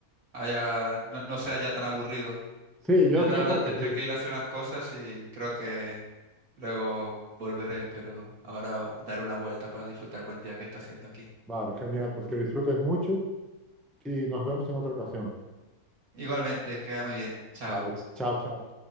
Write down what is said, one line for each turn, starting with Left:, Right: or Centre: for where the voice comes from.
Right: haya, no, no sea ya tan aburrido.
Centre: sí, yo,
Right: Yo de
Centre: yo
Right: ahora
Centre: creo
Right: tendré
Centre: que sí.
Right: que ir a hacer unas cosas y creo que luego volveré, pero ahora daré una vuelta para disfrutar el buen día que está haciendo aquí.
Centre: Vale, genial, pues que disfrutes mucho y nos vemos en otra ocasión.
Right: Igualmente, queda muy bien. Chao.
Centre: Vale, ch- chao, chao.